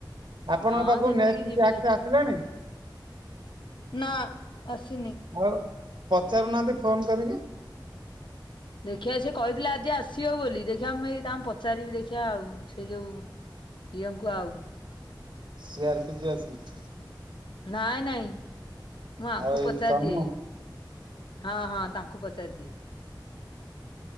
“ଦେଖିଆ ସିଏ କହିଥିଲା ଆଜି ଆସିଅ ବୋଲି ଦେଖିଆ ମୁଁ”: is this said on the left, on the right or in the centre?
Left